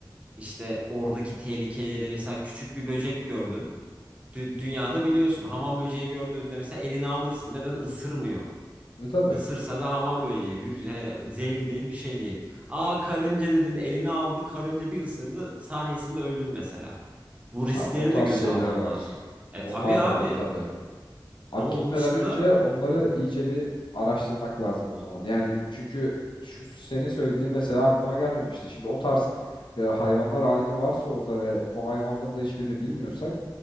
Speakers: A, on the right; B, on the left.
A: işte oradaki tehlikeleri mesela küçük bir böcek gördün. Dü- dünyada biliyorsun hamam böceği gördüğünde mesela elini alırsın. Neden ısırmıyor?
B: Ve tabii.
A: Isırsa da hamam böceği virüs yani zehirli değil bir şey değil. Aa karınca dedin elini aldı karınca bir ısırdı saniyesinde öldün mesela. Bu riskleri
B: Ha, o tarz
A: de göze
B: şeyler
A: alman
B: var.
A: lazım. E
B: Onlar
A: tabii abi
B: da var tabii. Abi
A: ama
B: gitmeden
A: onun dışında
B: önce onları
A: Hı.
B: iyice bir araştırmak lazım o zaman. Yani çünkü şu senin söylediğin mesela aklıma gelmemişti. Şimdi o tarz e, hayvanlar alemi varsa orada ve o hayvanların da hiçbirini bilmiyorsak